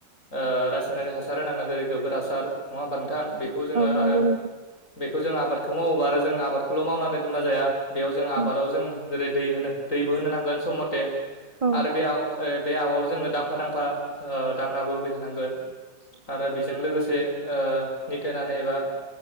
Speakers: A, on the left; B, on the right.
A: ओ रासायनारि हासार होनांगोन जेरै गोबोर हासार नङा होमबा नोंथां बेखौ खौ जोङो
B: औ नंगौ
A: आरो
B: नोंथां
A: बेखौ जों आबादखौ मावोबा आरो जों आबादखौल' मावनानै दोनबा जाया बेयाव जों आबादाव
B: उम
A: जों जेरै दै होनो दैबो होनो नांगोन सम मथे
B: औ
A: आरो बे बे आबायाव जोङो दांफा दांफा दांनाबो होबाय थानांगोन आरो बेजों जों लोगोसेओ निकायनानै एबा